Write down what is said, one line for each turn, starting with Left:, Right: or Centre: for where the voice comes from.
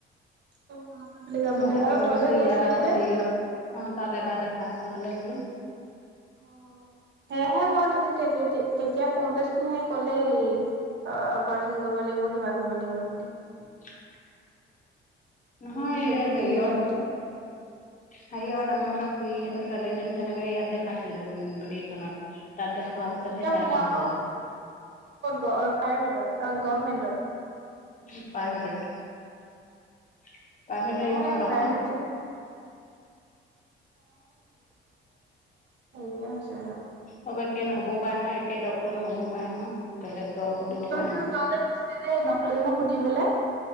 Right: বুলি যাব
Left: মই
Right: লাগে
Left: তাকে
Right: আৰু
Left: ভাবিছিলো
Right: তই যে কৈছিলি
Left: ইয়াত আকৌ
Right: যে
Left: হেৰিয়ত অ তাত এবাৰ দেখা আছে <unintelligible> বোলো
Right: অ সেয়হে মই তেতিয়া কওঁতেচোন সে ক'লে হে অ অপাৰেচন কৰিব <unintelligible>
Left: <inaudible> নহয়
Right: আমি পিছত দুজনী
Left: হেৰিয়ত,
Right: যাওঁতে
Left: হেৰিয়ত আমাৰ সিহত খুইী সহঁৰ ছোৱালীজনী তেনেকে ইয়াত দেখাইছিলে দেোন এইখনত তাত দেখুৱাৰ পিছতহে
Right: এতিয়া
Left: তাই
Right: মোৰ
Left: ভাল
Right: আকৌ
Left: হ'ল দেখোন
Right: কত প্ৰাইভেটত বা গভমেন্টত
Left: কি, প্ৰাইভেট প্ৰাইভেট
Right: এয়াহে
Left: এইখনত
Right: প্ৰাইভেট
Left: আকৌ
Right: <unintelligible> আছে
Left: হব একে নহবও পাৰে নহয়, একে ডক্তৰ নহবও পাৰে নহয় বেলেগ দৰবো দিব
Right: তই
Left: পাৰে
Right: যে
Left: নহয়।
Right: তই যে কৈছিলি যে ডক্টৰ জনক সুধিবলৈ